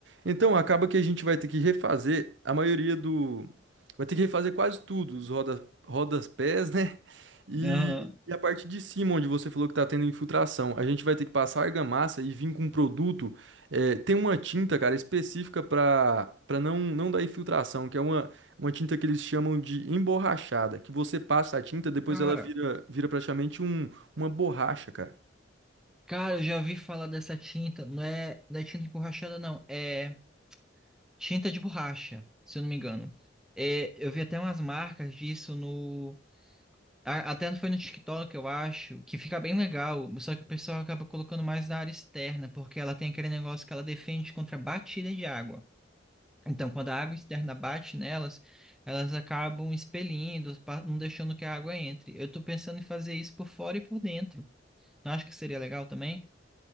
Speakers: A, on the right; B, in the centre.
A: Então acaba que a gente vai ter que refazer a maioria do. Vai ter que refazer quase tudo, os roda, rodas pés, né? E
B: aham.
A: e a parte de cima, onde você falou que está tendo infiltração, a gente vai ter que passar argamassa e vir com um produto. é, tem uma tinta, cara, específica para para não, não dar infiltração, que é uma, uma tinta que eles chamam de emborrachada, que você passa a tinta, depois
B: Cara,
A: ela vira, vira praticamente um, uma borracha, cara.
B: cara, eu já ouvi falar dessa tinta. Não é, não é tinta emborrachada, não. É tinta de borracha, se eu não me engano. É, eu vi até umas marcas disso no A- Até foi no TikTok, eu acho, que fica bem legal, só que o pessoal acaba colocando mais na área externa, porque ela tem aquele negócio que ela defende contra batida de água. Então, quando a água externa bate nelas, elas acabam expelindo, pa- não deixando que a água entre. Eu tô pensando em fazer isso por fora e por dentro. Não acho que seria legal também?